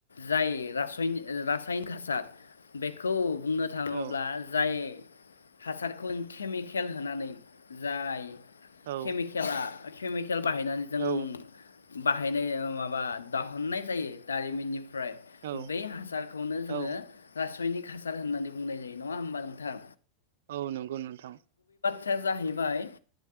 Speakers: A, on the left (about 70°); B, on the right (about 60°).
A: जाय रासनिक रासायनिक हासार बेखौ बुंनो थाङोब्ला
B: औ
A: जाय हासारखौन केमिकेल होनानै जाय
B: औ
A: खेमे खेला। फेमि खेल बाहायनानै जों
B: औ
A: बाहायनाय माबा दाहननाय जायो दारिमिननि फ्राय
B: औ
A: बे हासारखौनो जोङो
B: औ
A: रासयनिक हासार होननानै बुंनाय जायो नङा होमबा नोंथां
B: औ नंगौ नोंथां
A: खोथाया जाहैबाय